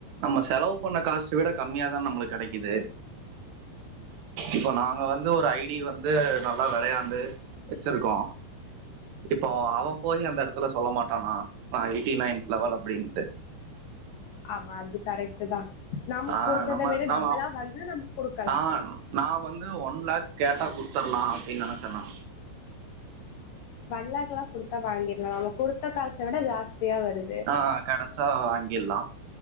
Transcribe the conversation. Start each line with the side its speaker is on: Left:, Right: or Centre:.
Right: நம்ம செலவு பண்ண காஸ்ட்ட விட கம்மியாதான் நம்மளுக் கெடைக்கிது இப்ப நாங்க வந்து ஒரு ஐடி வந்து நல்லா வெளயாண்டு வச்சிருக்கோ இப்போ அவே போய் அந்த எடத்துல சொல்ல மாட்டானா நா எ யிட்டின் நைன்த்து லெவல் அப்டின்ட்டு
Left: ஆமா அது கரெக்ட்டு தா நம்ம
Right: ஆ
Left: குடுத்தத
Right: நம்ம
Left: விட
Right: நா
Left: டபுளா வந்தா நம்ம குடுக்கலா
Right: நா நா வந்து ஒன் லேக் கேட்டா குட்த்தர்லா அப்டின் நெனச்சே நா
Left: ஒன் லேக்லா குடுத்தா வாங்கிர்லா நம்ம குடுத்த காச விட ஜாஸ்தியா வரு
Right: ஆ கெடச்சா வாங்கிர்லா